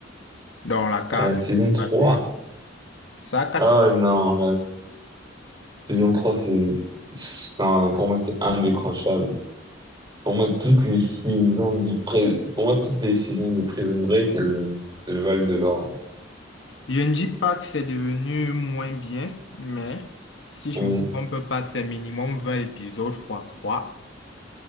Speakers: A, on the left; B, on the right.
A: Dans la 4,
B: À la saison
A: je n'ai
B: trois
A: pas suivi. Ça, 4,
B: Oh non, la saison 3 c'est, non, pour moi, c'est indécrochable. Pour moi, toutes les saisons du pré... pour moi, toutes les saisons de Prison Break, elles, elles valent de l'or.
A: Je ne dis pas que c'est devenu moins bien, mais si je
B: Ouais.
A: me trompe pas, c'est minimum 20 épisodes fois 3.